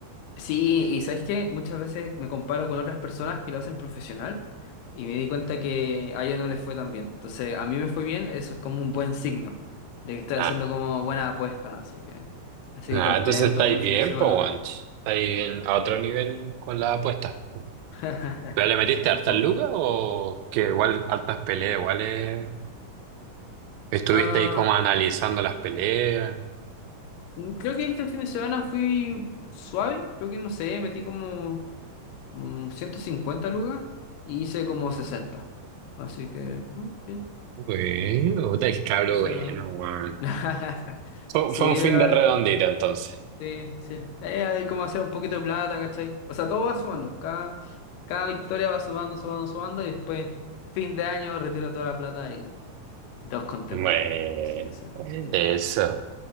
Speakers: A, on the left; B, on the right.
A: Sí, y ¿sabes qué? Muchas veces me comparo con otras personas que lo hacen profesional y me di cuenta que a ellos no les fue tan bien. Entonces, a mí me fue bien, eso es como un buen signo de que estoy
B: Ah.
A: haciendo como buena apuesta, así que, así
B: Ah,
A: que contento,
B: entonces estáis
A: buen
B: bien,
A: fin de semana.
B: po, guancho. Estáis en- a otro nivel con las apuestas. po.
A: <laughs>
B: ¿Pero le metiste hartas
A: Un poco.
B: lucas o que igual hartas peleas, igual eh, estuviste
A: Ah,
B: ahí como analizando las peleas?
A: Mm, Creo que este fin de semana fui suave, creo que no sé, metí como mm, 150 lucas y hice como sesenta Así que, mm, bien.
B: Bueno, puta, el cabro
A: O sea,
B: bueno, weón.
A: <laughs>
B: Fue,
A: Sí,
B: fue
A: pero
B: un fin de redondito
A: eh,
B: entonces.
A: sí, sí. Eh, Hay como hacer un poquito de plata, ¿cachai? O sea, todo va sumando. Cada, cada victoria va sumando, sumando, sumando y después, fin de año, retiro toda la plata y, y todos contentos.
B: Bueno,
A: Así que sí, sí,
B: eso.